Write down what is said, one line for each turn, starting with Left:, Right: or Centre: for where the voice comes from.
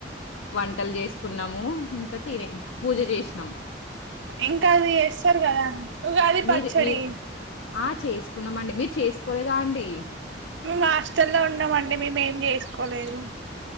Left: వంటలు చేసుకున్నాము ఇంకా తినే పూజ చేసినాము చేసినం
Right: ఇంకా అది వస్తారు కదా ఉగాది పచ్చడి
Left: మీరు మీరు ఆ! చేసుకున్నామండి. మీరు చేసుకోలేదా అండి
Right: మేం హాస్టల్లో ఉన్నామండి మేము ఏం చేసుకోలేదు